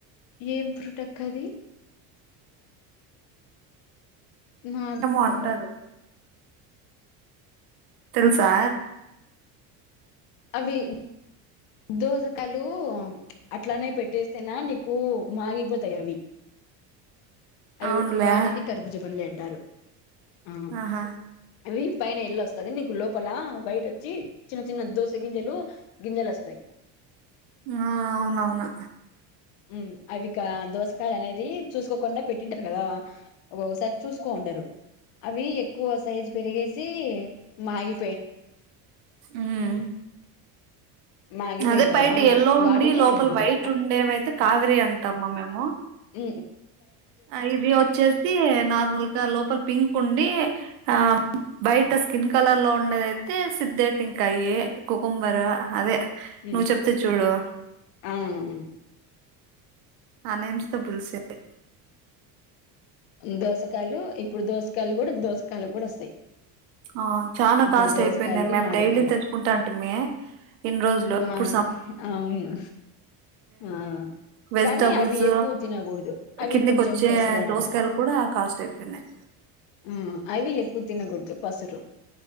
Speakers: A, on the left; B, on the right.
A: ఏం ఫ్రూట్ అక్క అది మాతీరా
B: ఏమో అంటారు తెలుసా
A: అవి దోసకయాలు అట్లనే పెట్టే నా మీకు మాగి బ దయవి అవి
B: అవునులే
A: కూడా వాటిని కర్బుజా పల్లె అంటారు ఆ
B: ఆహా
A: అవి పైన ఎల్లో వస్తాంది నీకు లోపల వైట్ వచ్చి, చిన్న చిన్న దోస గింజలు గింజలు వస్తాయి.
B: ఆ అవునవును
A: మ్ అవి కా దోసకాయలు అనేది చూసుకోకుండా పెట్టింటారు కదా, ఒక్కొక్కసారి చూసుకో ఉండరు అవి ఎక్కువ సైజ్ పెరిగేసి మగి
B: మ్
A: మాగిపోయింటాయా
B: అదే బయట ఎల్లో ఉండి
A: వాటిని
B: లోపల
A: కర్బుజం
B: వైట్ ఉండేవైతే కావేరి అంటాము మేము
A: ఉ
B: ఆ ఇది వచ్చేసి నార్మల్గా లోపల పింక్ ఉండి ఆ బయట స్కిన్ కలర్ లో అద అయితే సిద్దేంటికాయ, కుకుంబర్ అదే
A: ఉమ్,
B: నువ్ చెప్తే చూడు
A: ఆ ఉమ్.
B: ఆనియన్స్ తో పులిసిద్ది
A: ఉ దోసకాయలు ఇప్పుడు దోసకాయలు కూడా దోసకాయలు కూడా వస్తాయి
B: ఆ చానా
A: ఇప్పుడు
B: కాస్ట్
A: దోసకాయలు
B: అయిపోయింది మేము
A: మామిడికాయలు
B: డైలీ తెచ్చుకుంటంటిమి ఇన్ని రోజులు
A: మా
B: ఇప్పుడు సప్
A: అవును ఆ
B: వెజిటబుల్స్
A: కానీ అవి ఎక్కువ తినకూడదు అవి
B: కిర్ నీ
A: కొంచెం
B: కోచ్చే
A: పసురు అంటారు
B: దోసకాయలు కూడా కాస్ట్ అయిపోయినాయి
A: ఆ అవి ఎక్కువ తినగుడదు పసురు